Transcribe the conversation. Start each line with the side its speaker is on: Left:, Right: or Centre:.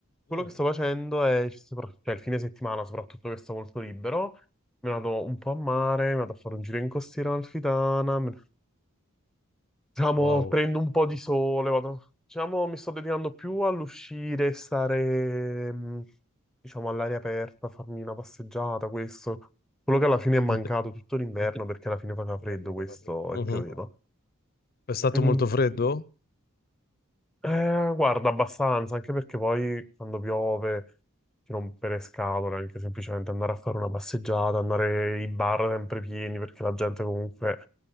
Centre: quello
Left: Mm.
Centre: che sto facendo è, sopra- cioè il fine settimana soprattutto che sto molto libero, mi vado un po' a mare, mi vado a fare un giro in costiera amalfitana, me- diciamo,
Left: Wow.
Centre: prendo un po' di sole, vado, diciamo, mi sto dedicando più all'uscire, stare, mh, diciamo, all'aria aperta, farmi una passeggiata, questo. Quello che alla fine è
Left: Dite
Centre: mancato tutto l'inverno perché alla fine faceva freddo
Left: che alla fine cosa-
Centre: questo
Left: Mhm.
Centre: e pioveva.
Left: È stato
Centre: Mm,
Left: molto freddo?
Centre: eh, guarda, abbastanza, anche perché poi quando piove ti rompere le scatole, anche semplicemente andare a fare una passeggiata, andare i bar sempre pieni, perché la gente comunque